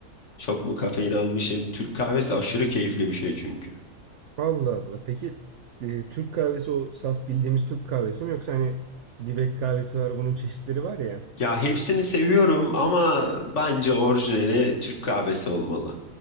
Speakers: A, on the left; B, on the right.
A: Çok mu kafein almışım? Türk kahvesi aşırı keyifli bir şey çünkü.
B: Allah Allah. Peki e, Türk kahvesi o saf bildiğimiz Türk kahvesi mi yoksa hani dibek kahvesi var bunun çeşitleri var ya.
A: Ya hepsini seviyorum ama bence orijinali Türk kahvesi olmalı.